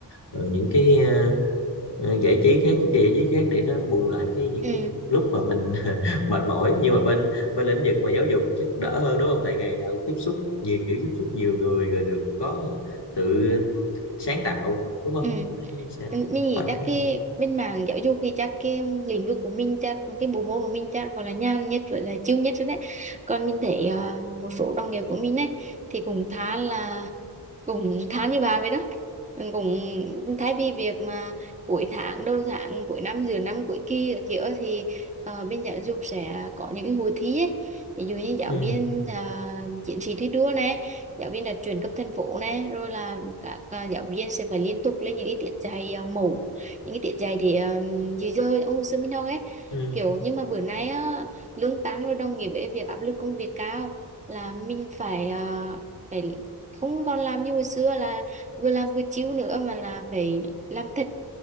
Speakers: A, on the left (about 75°); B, on the right (about 15°).
A: ờ, những cái ờ, ờ, giải trí khác những cái giải trí khác để nó bù lại cái những
B: ừ
A: cái lúc mà mình <laughs> mệt mỏi nhưng mà bên bên lĩnh vực mà giáo dục chắc đỡ hơn đúng không tại ngày nào cũng tiếp xúc nhiều kiểu tiếp xúc nhiều người rồi được có tự sáng tạo đúng không
B: ừ ừ.
A: thấy sẽ
B: Ừ, mình nghĩ
A: thoải
B: chắc
A: mái
B: cái
A: hơn
B: bên mảng giáo dục thì chắc cái lĩnh vực của mình chắc cái bộ môn của mình chắc gọi là nhàn nhất với là chill nhất rồi đấy còn mình thấy à, một số đồng nghiệp của mình ấy thì cũng khá là cũng khá như bà vậy đó mình cũng cũng thay vì việc mà cuối tháng đầu tháng cuối năm giữa năm cuối kỳ các kiểu thì ờ, bên giáo dục sẽ có những cái hội thi ấy ví dụ như giáo
A: ừ
B: viên uh, chiến sĩ thi đua này giáo viên là chuyển cấp thành phố này rồi là các à, giáo viên sẽ phải liên tục lên những cái tiết dạy à, mẫu những cái tiết dạy thì à, dưới giờ ông hồi xưa mình học ấy
A: ừ
B: kiểu nhưng mà bữa nay á, lương tăng rồi đồng nghĩa với việc áp lực công việc cao là mình phải à, phải không còn làm như hồi xưa là vừa làm vừa chiếu nữa mà là phải làm thật